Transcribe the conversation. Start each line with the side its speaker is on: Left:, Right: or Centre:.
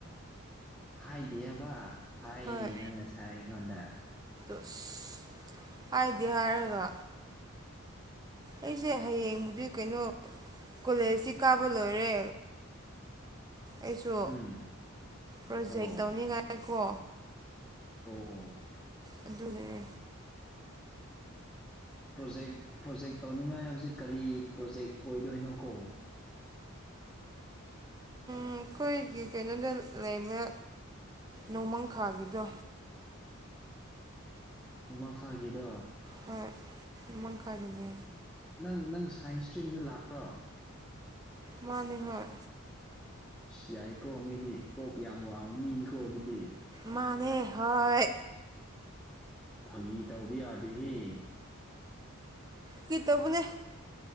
Centre: ꯍꯥꯏꯗꯦ ꯍꯥꯏꯕ ꯍꯥꯏꯅꯤ
Right: ꯍꯣꯏ
Centre: ꯅꯪ ꯉꯁꯥꯏ ꯑꯩꯉꯣꯟꯗ
Right: ꯑꯁ ꯍꯥꯏꯗꯤ ꯍꯥꯏꯔꯒ ꯑꯩꯁꯦ ꯍꯌꯦꯡꯕꯨꯗꯤ ꯀꯩꯅꯣ ꯀꯣꯂꯦꯖꯁꯤ ꯀꯥꯕ ꯂꯣꯏꯔꯦ ꯑꯩꯁꯨ
Centre: ꯎꯝ
Right: ꯄ꯭ꯔꯣꯖꯦꯛ
Centre: ꯑꯣ
Right: ꯇꯧꯅꯤꯡꯉꯥꯏ ꯀꯣ
Centre: ꯑꯣ
Right: ꯑꯗꯨꯒꯅꯦ
Centre: ꯄ꯭ꯔꯣꯖꯦꯛ ꯄ꯭ꯔꯣꯖꯦꯛ ꯇꯧꯅꯤꯡꯉꯥꯏ ꯍꯥꯏꯕꯁꯤ ꯀꯔꯤ ꯄ꯭ꯔꯣꯖꯦꯛ ꯑꯣꯏꯗꯣꯏꯅꯣꯀꯣ
Right: ꯑꯩꯈꯣꯏꯒꯤ ꯀꯩꯅꯣꯗ ꯂꯩꯕ ꯅꯣꯡꯃꯪꯈꯥꯒꯤꯗꯣ
Centre: ꯅꯣꯡꯃꯈꯥꯀꯤꯗꯣ
Right: ꯍꯣꯏ ꯅꯣꯃꯪꯈꯥꯒꯤꯅꯦ
Centre: ꯅꯪ-ꯅꯪ ꯁꯥꯏꯟꯁ ꯏꯁꯇ꯭ꯔꯤꯝꯗ ꯂꯥꯛꯄ꯭ꯔꯣ
Right: ꯃꯥꯅꯤ ꯍꯣꯏ
Centre: ꯏꯁ ꯌꯥꯏꯀꯣ ꯃꯤꯗꯤ ꯀꯣꯛ ꯌꯥꯝ ꯋꯥꯡꯕ ꯃꯤꯅꯤꯀꯣ ꯑꯗꯨꯗꯤ
Right: ꯃꯥꯅꯦ ꯍꯣꯏ
Centre: ꯐꯥꯒꯤ ꯇꯧꯕ ꯌꯥꯗꯦꯍꯦ
Right: ꯀꯤ ꯇꯧꯕꯅꯦ